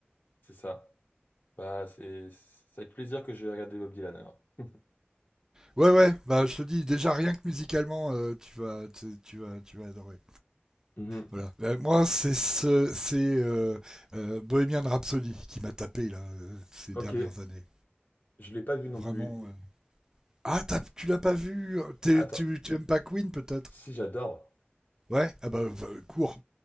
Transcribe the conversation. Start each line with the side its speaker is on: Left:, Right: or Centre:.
Left: c'est ça. Bah, c'est c'est avec plaisir que je vais regarder Bob Dylan alors. <laughs>
Right: Ouais, ouais, bah, je te dis, déjà, rien que musicalement, euh, tu, vas, tu, tu, vas, tu vas adorer.
Left: Mhm.
Right: Voilà. Ben, moi, c'est ce, c'est euh, euh, Bohemian Rhapsody qui m'a tapé là euh, ces
Left: Ok,
Right: dernières années.
Left: je l'ai pas vu non plus.
Right: Vraiment. euh. Ah, t'as- tu l'as pas vu T'es-
Left: Attends,
Right: Tu tu aimes pas Queen peut-être
Left: si j'adore,
Right: Ouais. Ah bah v- cours,